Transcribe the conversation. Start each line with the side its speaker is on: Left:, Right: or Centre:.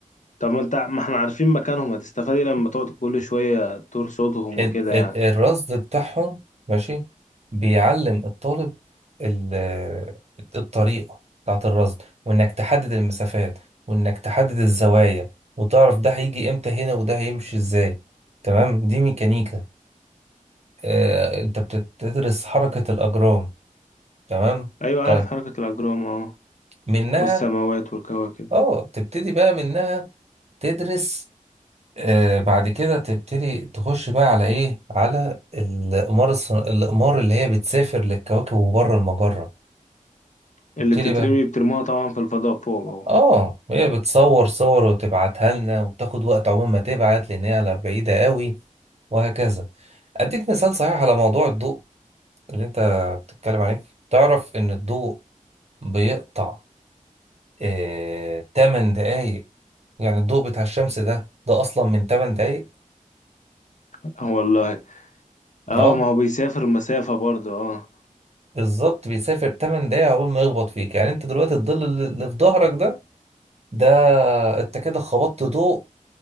Left: طب ما انت ما احنا عارفين مكانهم هتستفاد إيه لما تقعد كل شويه ترصدهم
Right: ال-
Left: وكده
Right: ال-
Left: يعني
Right: الرصد بتاعهم ماشي بيعلم الطالب ال- الطريقة بتاعت الرصد وإنك تحدد المسافات وإنك تحدد الزوايا وتعرف ده هيجي إمتى هنا وده هيمشي إزاي تمام دي ميكانيكا آه، أنت بتدرس حركة الأجرام تمام
Left: ايوه
Right: طيب
Left: عارف حركة الاجرام اه
Right: منها
Left: والسماوات والكواكب
Right: آه تبتدي بقى منها تدرس آه بعد كده تبتدي تخش بقى على ايه على الأقمار الصن... الأقمار اللي هي بتسافر للكواكب وبره المجرة
Left: اللي
Right: تبتدي
Left: بتترمي
Right: بقى
Left: بترموها طبعا في الفضاء فوق اه
Right: اه هي بتصور صور وتبعتها لنا وبتاخد وقت عقبال ما تبعت لأن هي على بعيدة قوي وهكذا أديك مثال صحيح على موضوع الضوء اللي أنت بتتكلم عليه تعرف إن الضوء بيقطع آه 8 دقايق يعني الضوء بتاع الشمس ده ده أصلا من 8 دقايق
Left: آه <laughs> والله اه
Right: اه
Left: ما هو بيسافر مسافة برضه اه
Right: بالظبط بيسافر 8 دقايق عقبال ما يخبط فيك يعني انت دلوقتي الظل اللي اللي في ظهرك ده ده انت كده خبطت ضوء